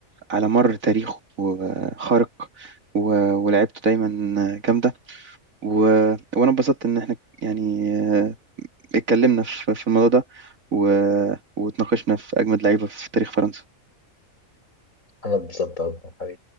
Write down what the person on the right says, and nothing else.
على مر تاريخه آه، خارق و- ولعبته دايما آه، جامده و... وانا اتبسطت ان احنا يعني آه، اتكلمنا في في الموضوع ده و... واتناقشنا في اجمد لعيبه في تاريخ فرنسا